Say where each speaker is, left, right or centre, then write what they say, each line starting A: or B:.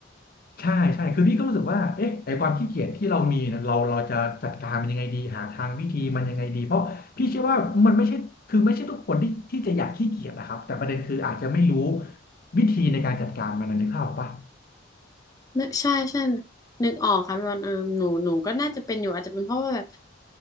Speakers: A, on the left; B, on the left.
A: ใช่ใช่คือพี่ก็รู้สึกว่าเอ๊ะไอความขี้เกียจที่เรามีเน่ะเราเราจะจัดการมันยังไงดีหาทางวิธีมันยังไงดีเพราะพี่เชื่อว่ามันไม่ใช่คือไม่ใช่ทุกคนที่ที่จะอยากขี้เกียจนะครับแต่ประเด็นคืออาจจะไม่รู้ วิธีในการจัดการมันนะนึกภาพออกปะ
B: นึกใช่ใช่นึกออกค่ะพี่บอลเออหนูหนูก็น่าจะเป็นอยู่อาจจะเป็นเพราะว่าแบบ